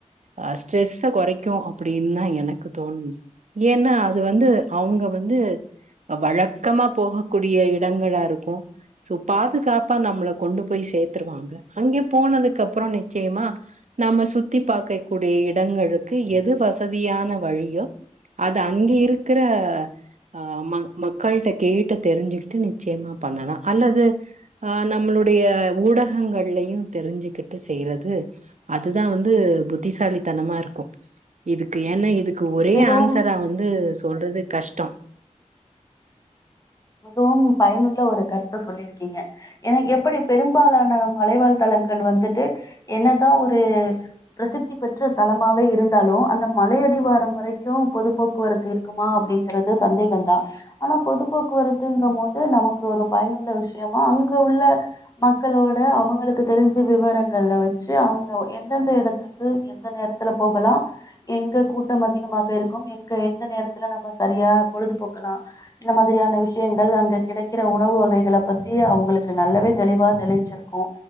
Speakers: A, on the right; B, on the left.
A: அ ஸ்ட்ரெஸ்ஸ கொறைக்கு அப்படின்னு தா எனக்கு தோணு ஏன்னா அது வந்து அவங்க வந்து வழக்கமா போகக்கூடிய இடங்களா இருக்கு சோ பாதுகாப்பா நம்மள கொண்டு போய் சேத்துருவாங்க அங்க போனதுக்கு அப்புற நிச்சயமா நம்ம சுத்தி பாக்க கூடிய இடங்களுக்கு எது வசதியான வழியோ அது அங்க இருக்குற ஆ மக்கள்ட்ட கேட்டு தெரிஞ்சுக்கிட்டு நிச்சயமா பண்ணலா அல்லது அ நம்மளோ ளுடைய ஊடகங்கள்லையு தெரிஞ்சுக்கிட்டு செய்றது அதுதா வந்து புத்திசாலித்தனமா இருக்கு இதுக்கு ஏன்னா இதுக் கு ஒரே
B: மிகவும்
A: ஆன்சரா வந்து சொல்றது கஷ்ட
B: மிகவும் பயனுள்ள ஒரு கருத்த சொல்லிருக்கீங்க ஏன்னா எப்படி பெரும்பாலான மலைவாழ் தளங் வர்கள் வந்துட்டு என்னதா ஒரு பிரசித்தி பெற்ற தளமாவே இருந்தாலு அந்த மலை அடி வாரம் வரைக்கு பொது போக்குவரத்து இருக்குமா அப்படிங்கறது சந்தேகம் தா ஆனா பொது போக்குவரத் துங்கும் போது நமக்கு ஒரு பயனுள்ள விஷயமா அங்க உள்ள மக்களோட அவங்களுக்கு தெரிஞ்சு விவரங்கள்ல வச்சு அவங்க எந்தெந்த இடத்துக்கு எந்த நேரத்துல போகலா எங்க கூ கூட்டம் அதிகமாக இருக்கும் எங்க எந்த நேரத்துல நம்ம சரியா பொழுதுபோக்கலா இந்த மாதிரியான விஷய விஷயங்க அங்க கிடைக்கிற உணவு வகைகளை பத்தி அவங்களுக்கு நல்லாவே தெளிவா தெளிஞ்சிருக்கு